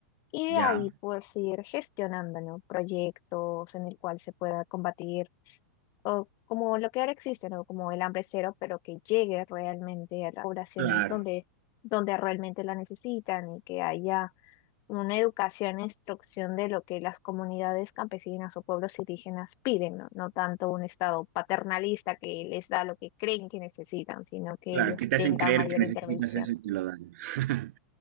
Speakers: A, on the left; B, on the right.
A: Y
B: Ya,
A: de ahí pues ir gestionando, ¿no? Proyectos en el cual se pueda combatir, o como lo que ahora existe, ¿no? Como el hambre cero, pero que llegue realmente a las poblaciones
B: claro,
A: donde, donde realmente la necesitan y que haya una educación e instrucción de lo que las comunidades campesinas o pueblos indígenas piden, ¿no? No tanto un estado paternalista que les da lo que creen que necesitan, sino que
B: claro,
A: ellos
B: que te
A: tengan
B: hacen creer
A: mayor
B: que necesitas
A: intervención.
B: eso y te lo dan. <laughs>